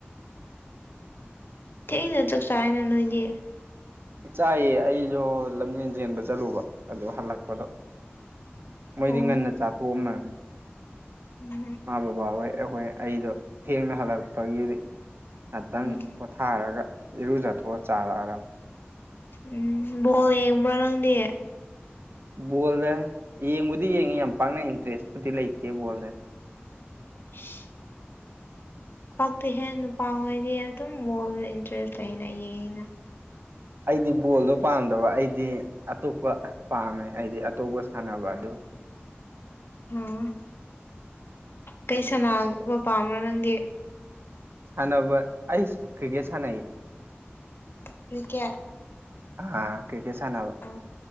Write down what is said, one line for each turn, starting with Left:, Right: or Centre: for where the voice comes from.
Left: ꯊꯦꯡꯅ ꯆꯥꯛ ꯆꯥꯏꯅ ꯅꯣꯏꯗꯤ
Right: ꯆꯥꯏꯌꯦ ꯑꯩꯁꯨ ꯂꯝꯖꯦꯟ ꯆꯦꯟꯕ ꯆꯠꯂꯨꯕ ꯑꯗꯨ ꯍꯜꯂꯛꯄꯗꯣ ꯃꯣꯏꯗꯤ
Left: ꯑꯣ
Right: ꯉꯟꯅ ꯆꯥꯊꯣꯛꯑꯝꯃꯦ
Left: ꯎꯝ
Right: ꯃꯥ ꯕꯕꯥꯍꯣꯏ ꯑꯩꯈꯣꯏ ꯑꯩꯗꯣ ꯊꯦꯡꯅ ꯍꯜꯂꯛꯄꯒꯤ ꯉꯥꯛꯇꯪ
Left: ꯎꯝ
Right: ꯊꯥꯔꯒ ꯏꯔꯨꯖꯊꯣꯛꯑ ꯆꯥꯔꯛꯑꯔꯕ
Left: ꯎꯝ ꯕꯣꯜ ꯌꯦꯡꯕ꯭ꯔꯥ ꯅꯪꯗꯤ
Right: ꯕꯣꯜꯗ ꯌꯦꯡꯕꯨꯗꯤ ꯌꯦꯡꯉꯤ ꯌꯥꯝ ꯄꯥꯛꯅ ꯏꯟꯇꯔꯦꯁꯄꯨꯗꯤ ꯂꯩꯇꯦ ꯕꯣꯜꯗ
Left: ꯏꯁꯁ ꯄꯛꯇꯦꯍꯦ ꯅꯨꯄꯥ ꯍꯣꯏꯗꯤ ꯑꯗꯨꯝ ꯕꯣꯜꯗ ꯏꯟꯇꯔꯦꯁ ꯂꯩꯅ ꯌꯦꯡꯅ
Right: ꯑꯩꯗꯤ ꯕꯣꯜꯗꯣ ꯄꯥꯝꯗꯕ ꯑꯩꯗꯤ ꯑꯇꯣꯞꯄ ꯄꯥꯝꯃꯦ ꯑꯩꯗꯤ ꯑꯇꯣꯞꯄ ꯁꯥꯟꯅꯕ ꯑꯗꯨ
Left: ꯎꯝ ꯀꯩ ꯁꯥꯟꯅꯥꯕ ꯄꯥꯝꯕ꯭ꯔꯣ ꯅꯪꯗꯤ
Right: ꯁꯅꯅꯕ ꯑꯩꯁ ꯀ꯭ꯔꯤꯀꯦꯠ ꯁꯅꯏꯌꯦ
Left: ꯀꯔꯤꯀꯦꯠ
Right: ꯑ ꯀ꯭ꯔꯤꯀꯦꯠ ꯁꯅꯕ
Left: ꯍ